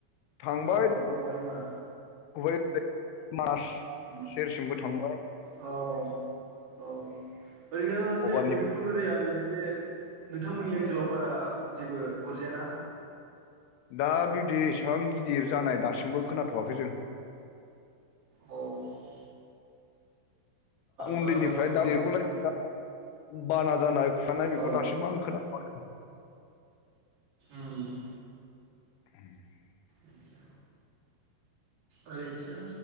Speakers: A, on the left; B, on the right.
A: थांबाय
B: औ बावबाय होनबा
A: <inaudible> मास
B: उम
A: सेरसिमबो थांबाय
B: औ औ औ ओरैनो बे
A: अबानि
B: भैरबखुन्द दैया ओरैनो बे नोंथांमोननि ओनसोलाव बारा जेबो अरजाया ना
A: दा बिदि एसां गिदिर जानाय दासिमबो खोनाथ'वाखै जों
B: होमबा बारा
A: उन्दैनिफ्राय
B: नांस'आ होमबा
A: दा देरबोलाय
B: ने नोंथां
A: <inaudible> बाना जानाय खुरखानाय
B: औ
A: बेखौ दासिमबो आं खोनाथ'आखै।
B: उ।
A: <inaudible>
B: आदसा ओरैसो